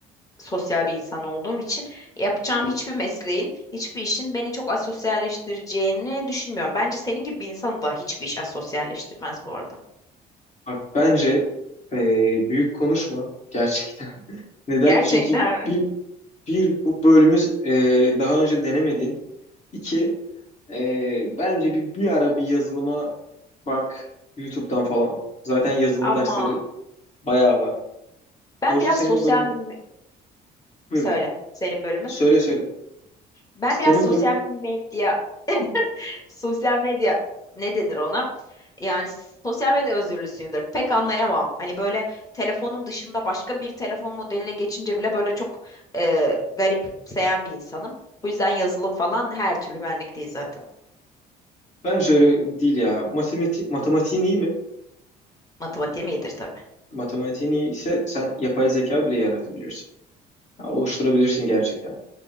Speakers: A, on the left (about 20°); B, on the left (about 45°).
A: sosyal bir insan olduğum için yapacağım hiçbir mesleğin, hiçbir işin beni çok asosyalleştireceğini düşünmüyorum. Bence senin gibi bir insanı da hiçbir iş asosyalleştirmez bu arada.
B: Bak bence eee, büyük konuşma gerçekten. <laughs> Neden?
A: Gerçekten
B: Çünkü
A: mi?
B: bir, bir bu bölümümüz eee, daha önce denemedin. İki eee, bence bir, bir ara bir yazılıma bak YouTube'dan falan. Zaten yazılım
A: Ama
B: dersleri bayağı var.
A: Ben
B: Doğrusu
A: biraz
B: senin
A: sosyal
B: bölüm
A: me-
B: buyur
A: söyle
B: buyur.
A: senin bölümün.
B: Söyle söyle.
A: Ben
B: Senin
A: biraz sosyal
B: bölüm
A: medya <laughs> sosyal medya ne denir ona? Yani sosyal medya özürlüsüyümdür. Pek anlayamam. Hani böyle telefonum dışında başka bir telefon modeline geçince bile böyle çok e, garipseyen bir insanım. Bu yüzden yazılım falan her türlü benlik değil zaten.
B: bence öyle değil ya. Matemati matematiğin iyi mi?
A: Matematiğim iyidir tabii.
B: Matematiğin iyi ise sen yapay zeka bile yaratabilirsin. Ya, oluşturabilirsin gerçekten.